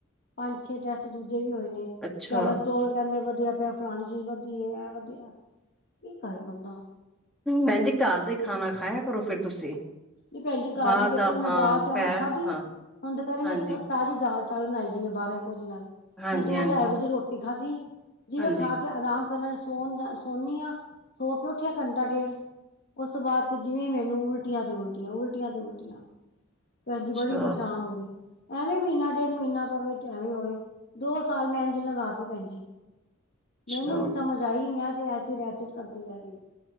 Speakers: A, on the left; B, in the centre.
A: ਪੰਜ ਛੇ ਟੈਸਟ ਦੂਜੇ ਵੀ ਹੋਏ ਨੇ,
B: ਅੱਛਾ
A: ਕੈਲੋਸਟੋਲ ਕਹਿੰਦੇ ਵਦੇ ਪ ਖੰਡ ਜੀ ਵਧੀ ਐ, ਐ ਵਧੀਆ, ਕੀ ਕਰੇ ਬੰਦਾ।
B: ਭੈਣਜੀ ਘਰ ਦਾ ਹੀ ਖਾਣਾ ਖਾਇਆ ਕਰੋ, ਫਿਰ ਤੁਸੀਂ।
A: ਨਹੀਂ ਭੈਣ ਜੀ ਘਰ
B: ਬਾਹਰ
A: ਦੀ ਦੇਖੋ
B: ਦਾ
A: ਹੁਣ ਮੈਂ
B: ਹਾਂ
A: ਦਾਲ ਚਾਵਲ
B: ਪੈ
A: ਖਾਧੀ ਏ,
B: ਹਾਂ
A: ਹੁਣ ਤਾਂ ਦੁਪਹਿਰੇ ਮੈਂ
B: ਹਾਂਜੀ
A: ਸ ਤਾਜ਼ੀ ਦਾਲ ਚਲ ਬਣਾਈ ਜਿਵੇਂ ਬਾਰਾਂ ਇੱਕ ਵਜੇ ਨਾਲ,
B: ਹਾਂਜੀ
A: ਮੈਂ ਦੋ
B: ਹਾਂਜੀ
A: ਢਾਈ ਵਜੇ ਰੋਟੀ ਖਾਧੀ ਜਿਵੇਂ
B: ਹਾਂਜੀ
A: ਖਾ ਕੇ ਆਰਾਮ ਕਰਨਾ ਸੋ ਜਾ, ਸੋਨੀ ਹਾਂ ਸੋ ਕੇ ਉੱਠਿਆ ਘੰਟਾ ਡੇਢ ਉਸ ਤੋ ਬਾਅਦ, ਤੇ ਜਿਵੇਂ ਮੈਨੂੰ ਉਲਟੀਆਂ ਤੇ ਉਲਟ ਉਟ ਉਲਟੀਆਂ ਤੇ ਉਲਟੀਆਂ, ਭੈਣ
B: ਅੱਛਾ
A: ਜੀ ਬੜੀ ਪਰੇਸ਼ਾਨ ਹੋ ਗਈ ਐਵੇਂ ਮਹੀਨਾ ਡੇਢ ਮਹੀਨਾ ਪਵੇ ਤੇ ਐਵੇਂ ਹੀ ਹੋਵੇ, ਦੋ ਸਾਲ ਮੈਂ ਇੰਝ ਲੰਗਾ ਤੇ ਭੈਣ ਜੀ।
B: ਅੱਛਾ
A: ਮੈਨੂੰ ਨੀ ਸਮਝ ਆਈ, ਮੈਂ ਫ਼ਿਰ ਐਸਿਡ, ਐਸਿਡ ਕਰਦੀ ਰੈ ਗਈ,